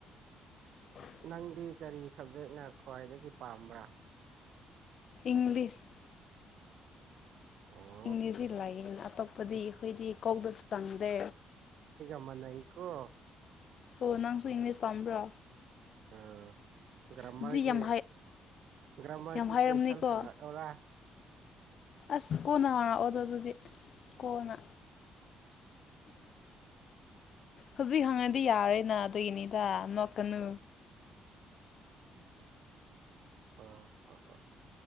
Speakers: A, on the left (about 50°); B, on the right (about 60°).
A: ꯍ
B: ꯅꯪꯗꯤ ꯀꯔꯤ ꯁꯕꯖꯦꯛꯅ ꯈ꯭ꯋꯥꯏꯗꯒꯤ ꯄꯥꯝꯕ꯭ꯔꯥ
A: ꯏꯪꯂꯤꯁ
B: ꯑꯣ
A: ꯏꯪꯂꯤꯁꯇꯤ ꯂꯥꯏꯌꯦꯅ ꯑꯇꯣꯞꯄꯗꯤ ꯑꯩꯈꯣꯏꯗꯤ ꯀꯣꯛꯗ ꯆꯪꯗꯦ
B: ꯃꯥꯟꯅꯩ ꯀꯣ
A: ꯑꯣ ꯅꯪꯁꯨ ꯏꯪꯂꯤꯁ ꯄꯥꯝꯕ꯭ꯔꯣ
B: ꯑ ꯒ꯭ꯔꯃꯔꯒꯤ
A: ꯑꯗꯨꯗꯤ ꯌꯥꯝ
B: ꯒ꯭ꯔꯃꯔꯒꯤ
A: ꯌꯥꯝ ꯍꯥꯏꯔꯝꯅꯤꯀꯣ
B: ꯀꯣꯏꯁꯟ ꯍꯪꯉꯛꯎꯔꯥ
A: ꯑꯁ ꯀꯣꯅ ꯍꯪꯉꯥꯛꯑꯣꯗ ꯑꯗꯨꯗꯤ ꯀꯣꯅ ꯍꯧꯖꯤꯛ ꯍꯪꯉꯗꯤ ꯌꯥꯔꯦꯅ ꯑꯗꯨꯒꯤꯅꯤꯗ ꯅꯣꯛꯀꯅꯨ
B: ꯑ <unintelligible>